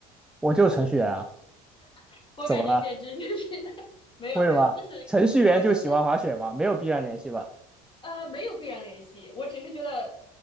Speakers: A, in the centre; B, on the left.
A: 我就是程序员啊，
B: <laughs> 我感觉简直就是
A: 怎么了？
B: <laughs> 没有没有，
A: 为什么？
B: 就是
A: 程序员就喜欢滑雪吗？
B: 我觉得
A: 没有必然联系吧？
B: 呃没有必然联系，我只是觉得